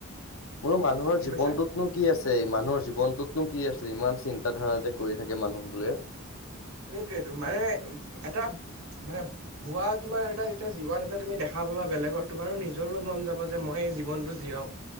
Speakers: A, on the left; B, on the right.
A: হ'লো মানুহৰ
B: কি
A: জীৱনটোত,
B: কৈছা?
A: নো কি আছে? এই মানুহৰ জীৱনটোতনো কি আছে? ইমান চিন্ত ধাৰা যে কৰি থাকে মানুহ বোৰে।
B: সেইটোইটো মানে। এটা মানে, হোৱা তোমাৰ এটা যেতিয়া জীৱন এটা তুমি দেখা পাবা বেলেগৰ, তোমাৰো নিজৰো মন যাব যে মই জীৱনটো,। যি হওক।